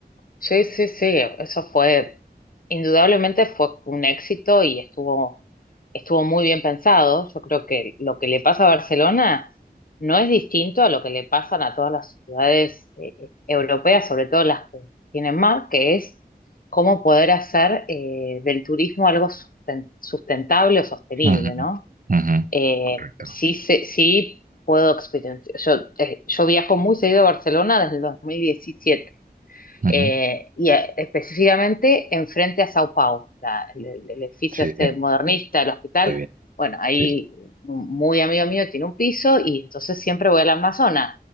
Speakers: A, on the left; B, on the right.
A: Sí, sí, sí. Eso fue, indudablemente fue un éxito y estuvo, estuvo muy bien pensado. Yo creo que lo que le pasa a Barcelona no es distinto a lo que le pasan a todas las ciudades eh, europeas, sobre todo las que tienen mar, que es cómo poder hacer eh, del turismo algo susten- sustentable o sostenible,
B: Ujú,
A: ¿no?
B: ujú,
A: Eh,
B: Correcto.
A: sí, sé- sí puedo experienciar. Yo, eh, yo viajo muy seguido a Barcelona desde el 2017
B: ujú.
A: eh, y eh, específicamente enfrente a Sao Paulo, la- el, el- el edificio
B: Sí,
A: este modernista, el hospital.
B: muy bien.
A: Bueno, ahí
B: Sí,
A: un muy amigo mío tiene un piso y entonces siempre voy al Amazonas.